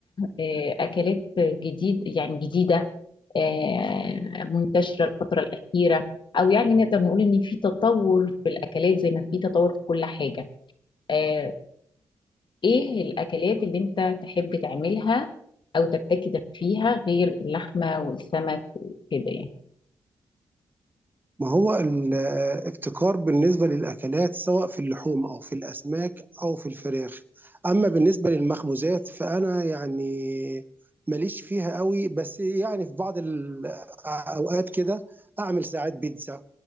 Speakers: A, on the left; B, on the right.
A: آه اكلات جديد يعني جديدة آه، منتشرة الفترة الأخيرة أو يعني نقدر نقول إن في تطور في الأكلات زي ما في تطور في كل حاجة آه، إيه الأكلات اللي أنت تحب تعملها أو تبتكر فيها غير اللحمة والسمك وكده يعني
B: ما هو الابتكار بالنسبة للأكلات سواء في اللحوم أو في الأسماك أو في الفراخ أما بالنسبة للمخبوزات فأنا يعني ماليش فيها قوي بس يعني في بعض الأوقات كده أعمل ساعات بيتزا